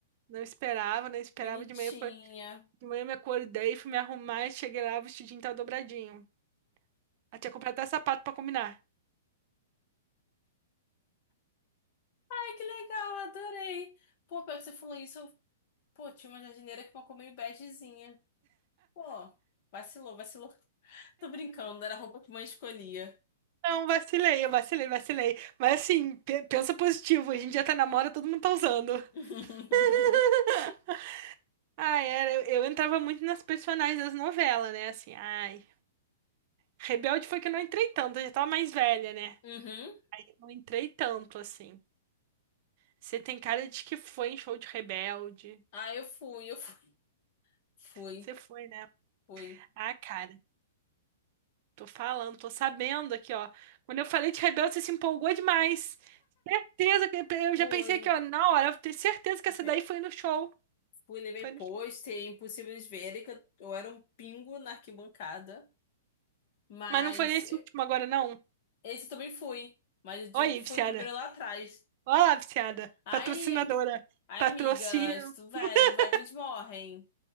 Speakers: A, on the right; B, on the left.
A: Não esperava, não esperava.
B: Bonitinha.
A: De manhã, foi, de manhã eu me acordei, fui me arrumar, cheguei lá, o vestidinho tava dobradinho. Eu tinha comprado até sapato pra combinar.
B: Ai, que legal, adorei. Pô, pior que você falou isso, eu... Pô, tinha uma jardineira com uma coma meio begezinha. Pô, vacilou, vacilou. Tô brincando, era a roupa que mãe escolhia.
A: Não, vacilei, eu vacilei, vacilei. Mas assim, pe- pensa positivo, a gente já tá na moda, todo mundo tá usando.
B: <laughs>
A: <laughs> ah era, eu, eu entrava muito nas personagens das novelas, né? Assim, ai. Rebelde foi que eu não entrei tanto, eu já tava mais velha, né?
B: Uhum.
A: Aí eu não entrei tanto, assim. Você tem cara de que foi em show de Rebelde.
B: Ah, eu fui, eu fui. Fui,
A: Você foi, né?
B: fui.
A: Ah, cara, tô falando, tô sabendo aqui, ó. Quando eu falei de Rebelde, você se empolgou demais. Certeza que eu
B: Fui,
A: já pensei aqui, ó, na hora, eu tenho certeza que essa
B: Fe-
A: daí foi no show.
B: fui, levei
A: Foi no
B: pôster,
A: show.
B: impossível de verem que eu eu era um pingo na arquibancada. Mas
A: Mas não foi nesse
B: eh,
A: último agora, não.
B: esse eu também fui. Mas eu digo
A: Olha aí,
B: que
A: viciada.
B: foi o primeiro lá atrás.
A: Olha lá, viciada.
B: Ai,
A: Patrocinadora.
B: em- ai,
A: Patrocínio.
B: amiga, isso vai,
A: <laughs>
B: vai que eles morrem.